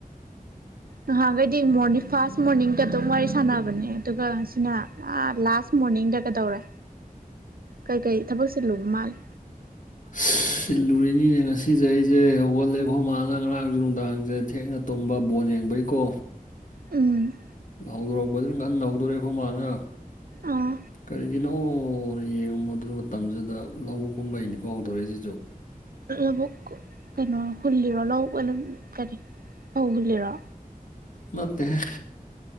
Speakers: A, on the right; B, on the left.
A: ꯅꯍꯥꯟꯈꯩꯗꯤ ꯃꯣꯔꯅꯤꯡ ꯐꯥꯔꯁ ꯃꯣꯔꯅꯤꯡꯒ ꯑꯗꯨꯝ ꯋꯥꯔꯤ ꯁꯥꯟꯅꯕ ꯑꯗꯨꯒꯅ ꯂꯥꯁ ꯃꯅꯤꯡꯗ ꯀꯩꯗꯧꯔꯦ ꯀꯩ ꯀꯩ ꯊꯕꯛꯁꯦ ꯂꯨꯕ ꯃꯥꯜꯂꯤ
B: ꯁꯤꯤꯜꯂꯨꯔꯤꯅꯤꯅꯦ ꯉꯁꯤꯁꯦ ꯑꯩꯁꯦ ꯍꯧꯒꯠꯂꯦ ꯑꯩꯈꯣ ꯃꯥꯜꯅ ꯉꯔꯥꯡꯁꯨ ꯅꯨꯡꯗꯥꯡꯁꯦ ꯊꯦꯡꯅ ꯇꯨꯝꯕ ꯕꯣꯣꯟ ꯌꯦꯡꯕꯩꯀꯣ
A: ꯎꯝ
B: ꯍꯧꯗꯣꯔꯛꯄꯗꯨꯅ ꯉꯟꯅ ꯍꯧꯗꯣꯔꯛꯑꯦ ꯑꯩꯈꯣꯏ ꯃꯥꯅ
A: ꯑꯥ
B: ꯀꯔꯤꯒꯤꯅꯣ ꯑꯣ ꯌꯦꯡꯉꯝꯃꯣ ꯑꯗꯨ ꯃꯇꯝꯁꯤꯗ ꯂꯧꯕꯨꯛꯀꯨꯝꯕꯩꯅꯤꯀꯣ ꯍꯧꯗꯣꯔꯛꯏꯁꯤꯁꯨ
A: ꯂꯧꯕꯛ ꯀꯩꯅꯣ ꯍꯨꯜꯂꯤꯔꯣ ꯂꯧꯕꯛ ꯀꯔꯤ ꯐꯧ ꯍꯨꯜꯂꯤꯔꯣ
B: ꯅꯠꯇꯦ ꯍꯦ